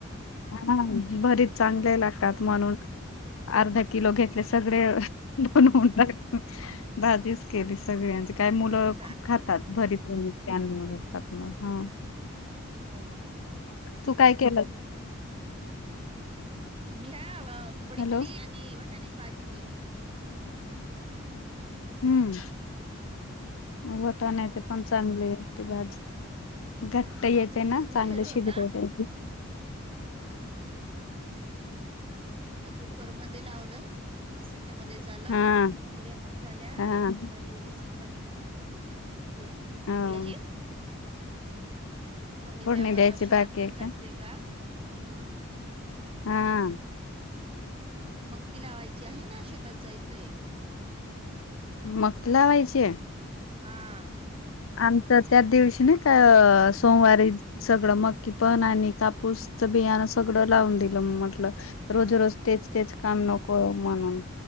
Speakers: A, on the left (about 75°); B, on the right (about 25°).
A: हाना भरीत
B: हम्म
A: चांगल चागलं लागतात म्हणून अर्धा किलो घेतले सगळे दोन होतात भाजीच केली सगळ्यांची काय मुलं
B: हा का
A: खूप खातात भरीतं चागलं बनवतात मग हा.
B: हो हो.
A: तू काय केलंस?
B: मी का अ पुडी
A: हॅलो
B: केली आणि वाटण्याची भाजी केली.
A: हम.
B: हम
A: वाटण्याची पण चांगली होते भाजी.
B: हम्म
A: घट्ट येते
B: रात्री
A: ना
B: भिजवून
A: चांगलं
B: ठेवलं
A: शिजलं
B: होतं
A: तर
B: हा. आता कुकर मध्ये लावलं तीन सिट्ट्या मध्ये झालं.
A: हा
B: पूड्या पण झाल्या आता
A: हा
B: भाजी एवढीच बाकीय पुड्याची.
A: हो
B: मग फोडी
A: फोडणी
B: जाय वर
A: द्यायची
B: शेतात
A: बाकी
B: पण
A: आहे का
B: जायचय ग आज हम.
A: हा हा
B: मक्की लावायची आहे ना शेतात जायचंय.
A: मक लावायचीय.
B: हां.
A: आमचं त्याच दिवशी नाई काऽ सोमवारी. सगळं मकी पण आणि कापूसच बियाणं सगळं लावून दिलं म्हटलं, रोज-रोज, तेच -तेच, काम नको म्हणून.